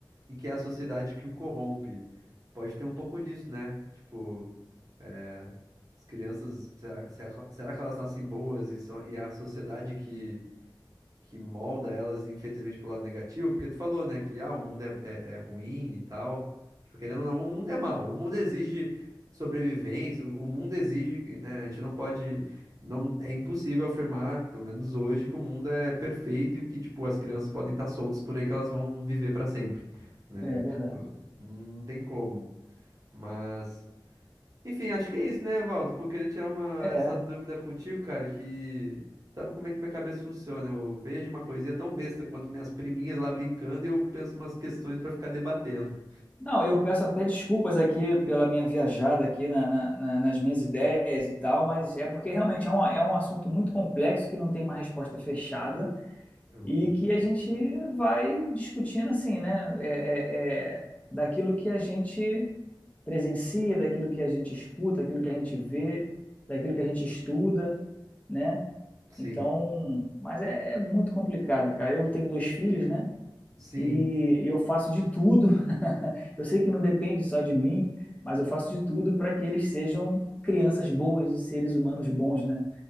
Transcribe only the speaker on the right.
e que é a sociedade que o corrompe. Pode ter um pouco disso, né? Tipo, é, as crianças, será, será, será que elas nascem boas e, são, e é a sociedade que que molda elas, infelizmente, pro lado negativo, porque tu falou, né, que ah, o mundo é, é, é ruim e tal. Tipo, querendo ou não, o mundo é mau, o mundo exige sobrevivência, o o mundo exige, né, a gente não pode, não, é impossível afirmar, pelo menos hoje, que o mundo é perfeito e que, tipo, as crianças podem estar soltas por aí que elas vão viver para sempre, né?
Tipo, não tem como, mas... Enfim, acho que é isso, né, Evaldo? Pô, eu queria tirar uma, essa
dúvida contigo, cara, que sabe como é que minha cabeça funciona? Eu vejo uma coisinha tão besta quanto minhas priminhas lá brincando e eu penso umas questões pra ficar debatendo.
Uhum.
Sim,
sim,